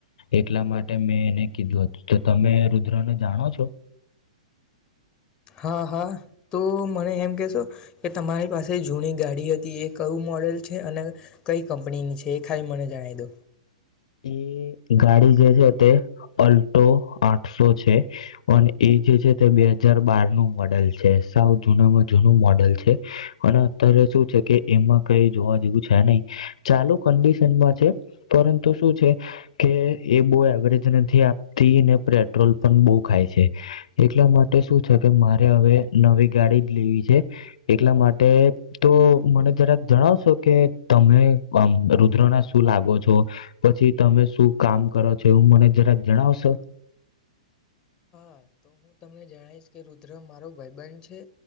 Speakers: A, on the left; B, on the left.
A: એટલા માટે મેં એને કીધું હતું તમે રુદ્ર ને જાણો છો.
B: હા હા. તો મને એમ કેશો કે તમારી પાસે જૂની ગાડી હતી એ કયું મોડેલ છે અને કઈ કંપનીની છે. હે ખાઈ મને જણાવ દો
A: એ ગાડી જે છે તે અલ્ટો આઠસો છે અને એ જે છે તે બે હજાર બાર નું મોડેલ છે સાવ જૂનામાં જૂનું મોડેલ છે અને અત્યારે શું છે કે એમાં કઈ જોવા જેવું છે નહી ચાલુ કન્ડિશનમાં છે પરુ તો છે કે એ બહ એવરેજ નથી આપતી ને પેટ્રોલ પણ બહુ ખાય છે એટલા માટે શું છે કે મારે હવે નવી ગાડી જ લેવી છે એટલા માટે તો મને જરાક જણાવશો કે તમે રુદ્ર ના શું લાગો છો પછી તમે શું કામ કરો છો એવું મને જરાક જણાવશો.
B: હા તો હું તમને જણશ કે રુદ્ર મારો ભાઈબંધ છે